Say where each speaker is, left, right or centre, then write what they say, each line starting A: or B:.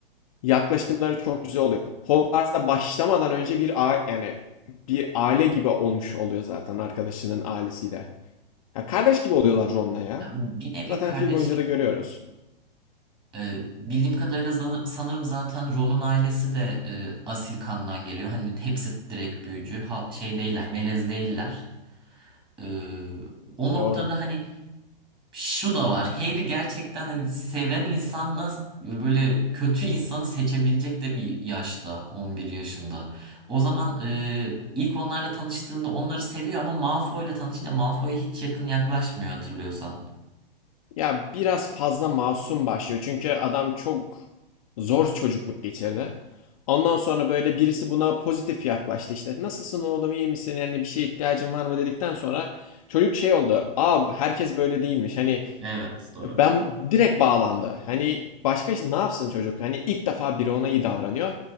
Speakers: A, on the left (about 40°); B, on the right (about 15°).
A: yaklaşımları çok güzel oluyor. Hogwarts'a başlamadan önce bir a yani bir aile gibi olmuş oluyor zaten arkadaşının ailesiyle. Ya kardeş gibi oluyorlar Ron'la ya.
B: Ya, bir nevi
A: Zaten
B: kardeş
A: film boyunca
B: gibi
A: da görüyoruz.
B: oldu. Ee, bildiğim kadarıyla zan- sanırım zaten Ron'un ailesi de e, asil kandan geliyor. Hani hepsi direkt büyücü. Ha- şey değiller, melez değiller. Ee, o
A: Doğru.
B: noktada hani Şu da var. Harry gerçekten hani seven insanla böyle kötü insanı seçebilecek de bir yaşta, 11 yaşında. O zaman e, ilk onlarla tanıştığında onları seviyor ama Malfoy'la tanışınca Malfoy'a hiç yakın yaklaşmıyor hatırlıyorsan.
A: Ya biraz fazla masum başlıyor. Çünkü adam çok zor çocukluk geçirdi. Ondan sonra böyle birisi buna pozitif yaklaştı işte. Nasılsın oğlum iyi misin? Yani bir şeye ihtiyacın var mı dedikten sonra çocuk şey oldu. Aa herkes böyle değilmiş. Hani
B: Evet doğru.
A: Ben direkt bağlandı. Hani başka ne yapsın çocuk? Hani ilk defa biri ona iyi davranıyor.